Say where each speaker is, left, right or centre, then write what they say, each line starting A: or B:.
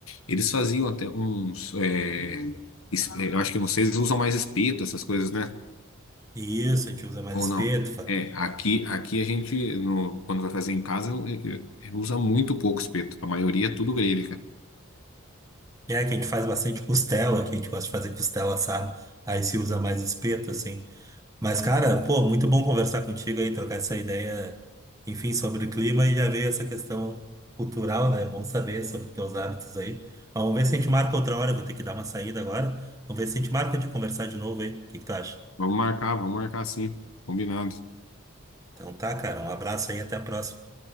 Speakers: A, on the left; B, on the right.
A: eles faziam até uns. é, es- é, eu acho que vocês usam mais espeto, essas coisas, né?
B: isso, a gente usa mais
A: Ou
B: espeto.
A: não?
B: fa-
A: É, aqui, aqui a gente, no- quando vai fazer em casa, eu- eu- eu- eu usa muito pouco espeto. A maioria é tudo grelha, cara.
B: É, que a gente faz bastante costela, que a gente gosta de fazer costela assada, aí se usa mais espeto, assim. Mas, cara, pô, muito bom conversar contigo aí, trocar essa ideia, enfim, sobre o clima e já veio essa questão cultural, né? É Bom saber sobre teus hábitos aí. Mas Vamos ver se a gente marca outra hora, eu vou ter que dar uma saída agora. Vamos ver se a gente marca de conversar de novo aí. O que que tu acha?
A: Vamos marcar, vamos marcar sim. Combinado.
B: Então tá, cara, um abraço aí, até a próxima.